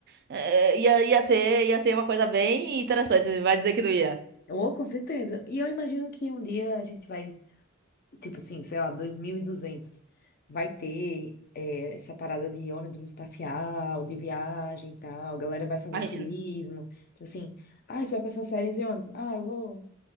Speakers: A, on the right; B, on the left.
A: É, ia, ia ser, ia ser uma coisa bem interessante. Você Vai dizer que não ia.
B: Ou, com certeza. E eu imagino que um dia a gente vai tipo assim, sei lá, dois mil e duzentos Vai ter é, essa parada de ônibus espacial, de viagem e tal. A galera vai fazer
A: A gente,
B: turismo. Tipo assim, ah, você vai pra essas séries e ônibus? Ah, eu vou